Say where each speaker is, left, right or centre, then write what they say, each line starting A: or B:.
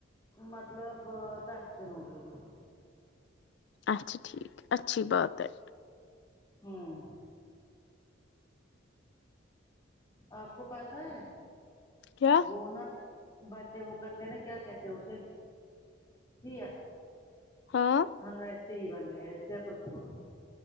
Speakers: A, on the left; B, on the left.
A: مطلب دس دنوں کےلے
B: اچھا ٹھیک اچھی بات ہے
A: ھمم آپ کو پتا ہے
B: کیا
A: وہ نہ بچے وہ کرتے نا کیا کہتے اسے سیا
B: ہاں
A: ویسے ہی بن گئے ایسے اپن شروع